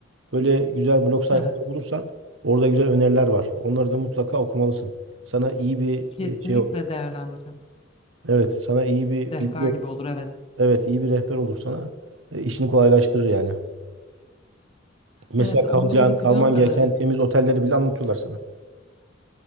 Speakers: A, on the right; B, on the left.
A: Böyle güzel blog sayfaları
B: evet,
A: bulursan orada güzel öneriler var. Onları da mutlaka okumalısın. Sana iyi bir
B: kesinlikle
A: e, şey olur.
B: değerlendireceğim.
A: Evet, sana iyi bir
B: Rehber
A: bilgi olur.
B: gibi olur evet.
A: Evet, iyi bir rehber olur sana. E, işini kolaylaştırır yani. Mesela
B: Evet,
A: kalacağın,
B: onlara bakacağım.
A: kalman gereken
B: Eee,
A: temiz otelleri bile anlatıyorlar sana.